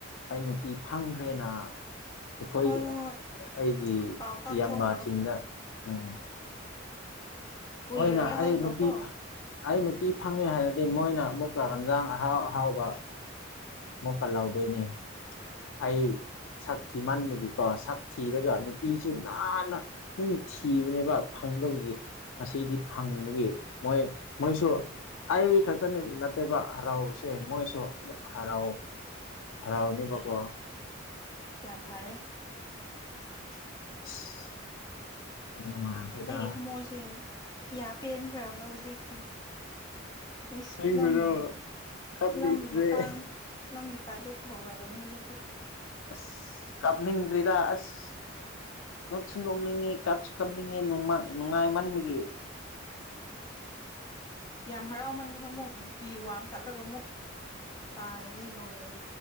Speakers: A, on the left; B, on the left.
A: ꯑꯩ ꯅꯄꯤ ꯐꯪꯈ꯭ꯔꯦꯅ ꯑꯩꯈꯣꯏ
B: ꯍꯣꯏ ꯍꯣꯏ ꯍꯣꯏ
A: ꯑꯩꯒꯤ
B: ꯄꯥꯎ ꯇꯥꯛꯊꯣꯛꯈ꯭ꯔꯣ
A: ꯏꯌꯥꯝꯕꯁꯤꯡꯅ ꯎꯝ
B: ꯀꯨꯏꯔꯔꯣꯏ
A: ꯍꯣꯏꯅ ꯑꯩ
B: ꯍꯥꯏꯈ꯭ꯔꯣꯀꯣ
A: ꯅꯨꯄꯤ ꯐꯪ ꯑꯩ ꯅꯨꯄꯤ ꯐꯪꯉꯦ ꯍꯥꯏꯔꯗꯤ ꯃꯣꯏꯅ ꯑꯃꯨꯛꯀ ꯍꯟꯖꯥꯡ ꯑꯍꯥꯎ ꯑꯍꯥꯎꯕ ꯑꯃꯨꯛꯀ ꯂꯥꯎꯗꯣꯏꯅꯦ ꯑꯩ ꯁꯛ ꯊꯤ ꯃꯟꯕꯒꯤꯀꯣ ꯁꯛ ꯊꯤꯔꯒ ꯅꯨꯄꯤꯁꯨ ꯅꯥꯟꯅ ꯑꯗꯨꯝ ꯊꯤꯕꯅꯦꯕ ꯐꯪꯗꯕꯒꯤ ꯑꯁꯤꯗꯤ ꯐꯪꯕꯒꯤ ꯃꯣꯏ ꯃꯣꯏꯁꯨ ꯑꯩ ꯈꯛꯇꯅꯤ ꯅꯠꯇꯦꯕ ꯍꯔꯥꯎꯁꯦ ꯃꯣꯏꯁꯨ ꯍꯔꯥꯎ ꯍꯔꯥꯎꯅꯤꯕꯀꯣ
B: ꯌꯥꯝ ꯐꯔꯦ
A: ꯑꯁ ꯌꯥꯝ ꯅꯨꯡꯉꯥꯏꯈ꯭ꯔꯦꯗ
B: ꯑꯩꯒꯤ ꯊꯃꯣꯏꯁꯦ ꯀꯌꯥ ꯄꯦꯟꯈ꯭ꯔꯕ ꯍꯧꯖꯤꯛꯇꯤ ꯑꯩꯁꯤ
A: ꯑꯁꯦꯡꯕꯩꯔꯣ
B: ꯐꯤꯂꯝꯒꯤ
A: ꯀꯞꯅꯤꯡꯈ꯭ꯔꯦ
B: ꯐꯤꯂꯝꯒꯤ ꯃꯇꯥꯡ ꯐꯤꯂꯝꯒꯤ ꯇꯥꯏꯞꯇ ꯇꯧꯔꯕꯅꯤ ꯍꯧꯖꯤꯛꯇꯤ
A: ꯑꯁ ꯀꯞꯅꯤꯡ ꯈꯔꯦꯗꯥ ꯑꯁ ꯅꯣꯛꯁꯨ ꯅꯣꯛꯅꯤꯡꯉꯤ ꯀꯥꯞꯁꯨ ꯀꯥꯞꯅꯤꯡꯉꯤ ꯅꯨꯡꯉꯥꯏ ꯃꯥꯟꯕꯒꯤ
B: ꯌꯥꯝ ꯍꯔꯥꯎꯃꯟꯒꯅꯣ ꯑꯃꯨꯛ ꯕꯤꯄꯤ ꯋꯥꯡꯈꯠꯂꯒ ꯑꯃꯨꯛ ꯇꯥꯔꯗꯤ ꯂꯣꯏꯔꯦ